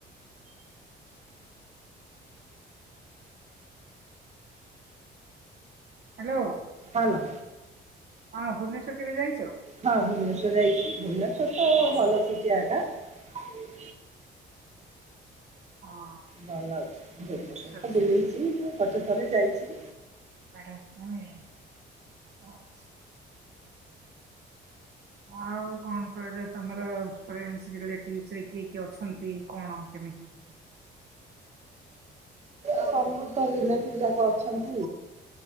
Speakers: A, on the right; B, on the right.
A: ହେଲୋ
B: ହେଲୋ
A: ହଁ ଭୁବନେଶ୍ଵର କେବେ ଯାଇଛ?
B: ହଁ ଭୁବନେଶ୍ୱର ଯାଇଛି ଭୁବନେଶ୍ଵର ତ-ଅ-ଅ-ଅ ଭଲ <inaudible> ଜାଗା। ଆଉ <inaudible>
A: ହଁ
B: ଭଲ ଅଛି ଭୁବନେଶ୍ଵର
A: ଆଚ୍ଛା ଆଚ୍ଛା
B: ତ ବୁଲିଛି ବାଟ ଥରେ ଯାଇଛି।
A: <inaudible> ଆଉ କଣ କହିଲେ ତମର ଫ୍ରେଣ୍ଡସ ରିଲେଟିଭ୍ସ୍ ରେ କିଏ କିଏ ଅଛନ୍ତି କଣ କେମିତି?
B: ସବୁ ତ ରିଲେଟିଭ ଯାକ ଅଛନ୍ତି।